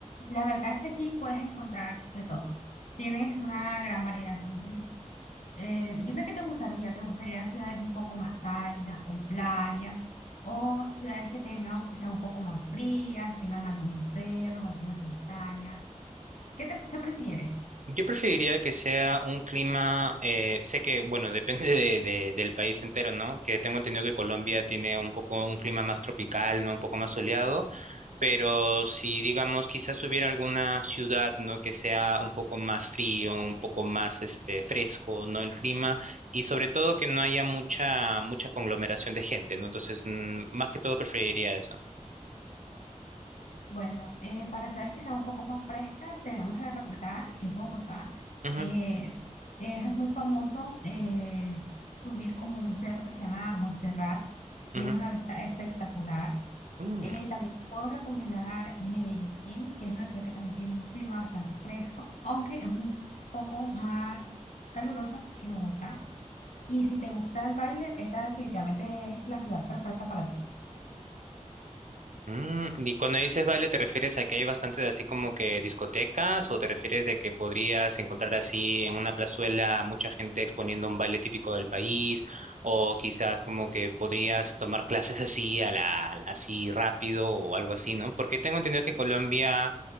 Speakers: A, on the left; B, on the right.
A: la verdad es que aquí puedes encontrar de todo. Tienes una gran variedad, entonces, eh, dime qué te gustaría. ¿Te gustaría ciudades un poco más cálidas, con playas, o ciudades que tengan, que sean un poco más frías y tengan algunos cerros, algunas montañas? ¿Qué te- qué prefieres?
B: Yo preferiría que sea un clima, eh, sé que, bueno, <laughs> depende de, de- del país entero, ¿no? Que tengo entendido que Colombia tiene un poco un clima más tropical, ¿no? Un poco más soleado, pero si, digamos, quizás si hubiera alguna ciudad, ¿no? Que sea un poco más frío, un poco más, este, fresco, ¿no? El clima y sobre todo que no haya mucha, mucha conglomeración de gente, ¿no? Entonces, mm, más que todo preferiría eso.
A: Bueno, eh, para ciudades que sean un poco más frescas, tenemos la capital, que es Bogotá.
B: Ujú,
A: Eh, eh, es muy famoso eh, subir como un cerro que se llama Montserrat. Tiene
B: ujú.
A: una vista espectacular.
B: Mm.
A: Eh, también te puedo recomendar Medellín, que es una ciudad que también tiene un clima bastante fresco, aunque es un poco más calurosa que Bogotá. Y si te gusta el baile, esta definitivamente es la ciudad perfecta para ti.
B: Mm, y cuando dices baile, ¿te refieres a que hay bastante de así como que discotecas o te refieres de que podrías encontrar así en una plazuela mucha gente exponiendo un baile típico del país o quizás como que podrías tomar clases así a la así rápido o algo así, ¿no? Porque tengo entendido que Colombia